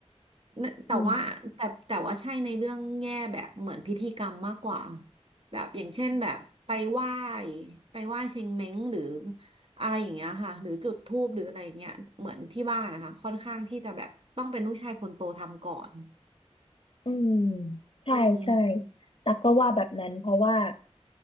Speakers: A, on the right; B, on the left.
A: น่ะแต่ว่าแต่แต่ว่าใช่ในเรื่องแง่แบบเหมือนพิธีกรรมมากกว่า
B: อืม
A: แบบอย่างเช่นแบบไปไหว้ไปไหว้เชงเม้งหรืออะไรอย่างเงี้ยค่ะหรือจุดธูปหรืออะไรอย่างเงี้ยเหมือนที่บ้านนะคะค่อนข้างที่จะแบบต้องเป็นลูกชายคนโตทำก่อน
B: อืมใช่ใช่
A: อืม
B: ตักก็ว่าแบบนั้นเพราะว่า